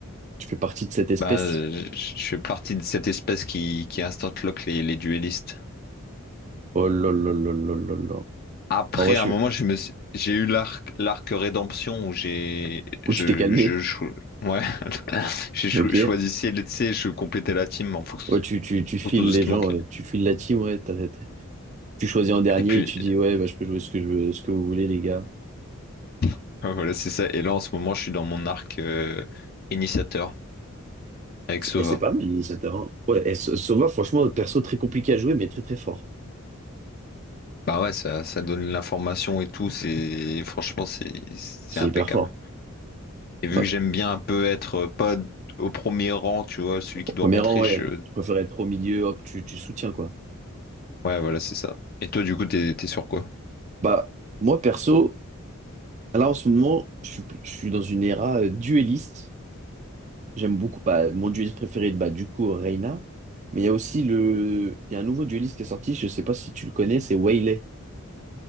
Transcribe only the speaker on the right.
Tu fais partie de cette espèce.
Oh là là là là là là.
Bon, ouais,
je suis,
je-
Ou
tu t'es calmé.
Ok.
Ouais, tu, tu, tu files
les
gens,
ouais. Tu files la team, ouais. T'as- t'as- Tu choisis en dernier
et tu dis, ouais, bah, je peux jouer ce que je veux, ce que vous voulez, les gars.
Et c'est pas mal, l'initiateur. hein. Ouais, et Sa- Sova, franchement, perso très compliqué à jouer, mais très très fort.
C'est
hyper fort.
Ouais.
Au premier
rang, ouais.
Tu préfères être au milieu, hop, tu, tu soutiens, quoi.
Bah, moi perso, là en ce moment, je suis, je suis dans une era euh, dueliste. J'aime beaucoup, bah, mon dueliste préféré, bah, du coup, Reyna. Mais il y a aussi le, il y a un nouveau dueliste qui est sorti, je sais pas si tu le connais, c'est Waylay.